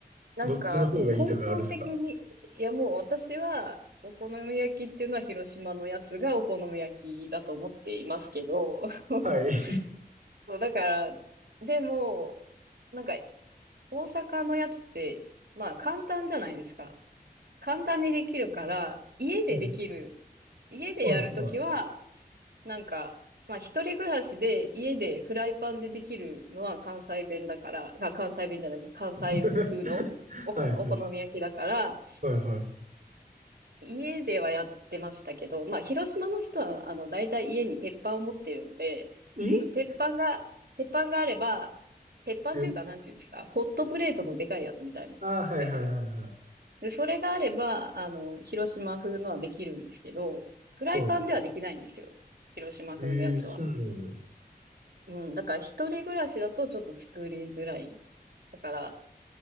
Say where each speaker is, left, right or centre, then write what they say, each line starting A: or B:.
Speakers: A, on the right; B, on the right.
A: なんか、
B: どっちの方がいいとかあるっすか
A: もう根本的に、いやもう私は、お好み焼きっていうのは広島のやつがお好み焼きだと思っていますけど、<laughs>
B: はい。
A: そう、だから、でも、なんか、大阪のやつって、まあ簡単じゃないですか。簡単にできるから、家でできる、
B: うん。
A: 家でやるときは、
B: はいはい。
A: なんか、まあ一人暮らしで家でフライパンでできるのは関西弁だから、あ、関西弁じゃなくて関西風のおこ、
B: <laughs> はいはい。
A: お好み焼きだから、
B: はいは
A: 家ではやってましたけど、まあ広島の人はあの大体家に鉄板を持っているので、
B: い。
A: 鉄板が、
B: え
A: 鉄板があれば、鉄板というかなんていうんですか、
B: 強
A: ホットプレートのでかいやつみたいなんですよ。
B: ああー、はいはいはいはい。
A: で、それがあれば、あの、広島風のはできるんですけど、フライパンではできないんですよ。
B: は
A: 広島風のやつは。
B: い。ええーそうなんだよ。
A: うん、だから一人暮らしだとちょっと作りづらい。だから、